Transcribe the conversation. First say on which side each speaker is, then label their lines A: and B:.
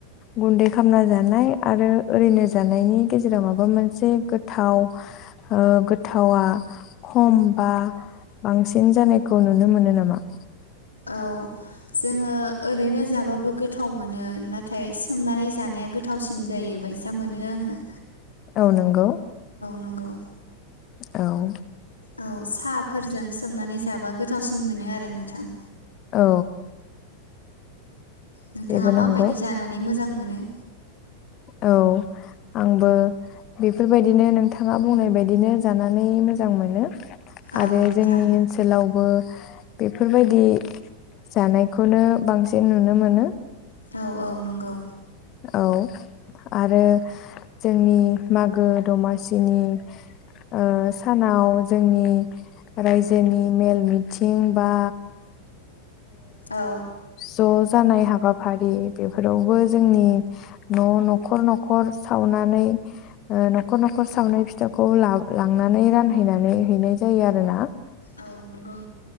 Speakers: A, on the left (about 35°); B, on the left (about 85°).
A: गुन्दै खालामामना जानाय आरो ओरैनो जानायनि गेजेराव माबा मोनसे गोथाव ओ गोथावा खम बा बांसिन जानायखौ नुनो मोनो नामा?
B: औ जोंङो ओरैनो जाबाबो गोथाव मोनो नाथाय सोमनानै जानाया गोथावसिन जायोबायसा मोनो आंङो
A: औ नंगौ।
B: नंगौ
A: औ
B: औ साहाफोरजों सोमनानै जाबा गोथावसिन मोनो आरो नोंथां
A: औ
B: नोंथांङा
A: बेबो
B: माबायदि
A: नंगौ
B: जानानै मोजां मोनो?
A: औ आंबो बेफोरबायदिनो नोंथाङा बुंनाय बायदिनो जानानै मोजां मोनो।
B: औ
A: आरो
B: नोंथां
A: जोंनि ओनसोलाव ओ बेफोरबायदि जानायखौनो बांसिन नुनो मोनो।
B: औ - औ नंगौ
A: औ आरो जोंनि मागो दमासिनि ओ सानाव जोंनि रायजोनि मेल मिथिं बा
B: औ
A: ओ ज' जानाय हाबाफारि बेफोरावबो जोंनि न' न'खर न'खर सावनानै ओ न'खर न'खर सावनाय फिथाखौ लांनानै रानहैनानै हैनाय जायो आरोना
B: औ नंगौ